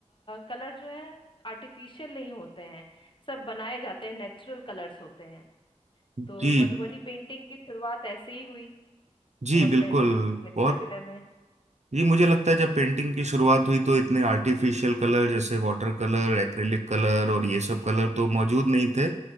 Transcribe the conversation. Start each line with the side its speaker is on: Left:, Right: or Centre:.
Left: कलर जो है आर्टिफिशियल नहीं होते हैं सब बनाए जाते हैं नेचुरल कलर्स होते हैं तो
Right: जी
Left: मधुबनी पेंटिंग की शुरुआत ऐसे ही हुई
Right: जी
Left: बहुत
Right: बिल्कुल
Left: पहले मिथिला
Right: बहुत
Left: जिले में
Right: ये मुझे लगता है जब पेंटिंग की शुरुआत हुई तो इतने आर्टिफिशियल कलर जैसे वाटर कलर एक्रेलिक कलर और ये सब कलर तो मौजूद नहीं थे